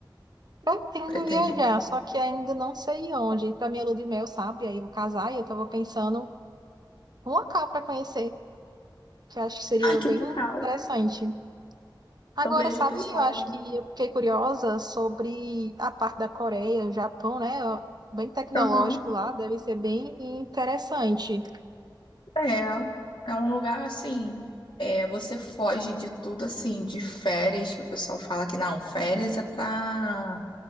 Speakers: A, on the right; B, on the left.
A: pretendo
B: pretende.
A: viajar, só que ainda não sei onde. Para minha lua de mel, sabe? Aí eu vou casar e eu tava pensando um local para conhecer. que acho que seria
B: Ai,
A: bem
B: que legal.
A: interessante. Agora,
B: Eu vejo
A: sabe,
B: um pessoal.
A: eu acho que eu fiquei curiosa sobre a parte da Coreia, Japão, né? Ó, Bem tecnológico
B: Aham.
A: lá, deve ser bem interessante.
B: É, é um lugar assim, é, você foge de tudo assim, de férias, que o pessoal fala que não, férias é pra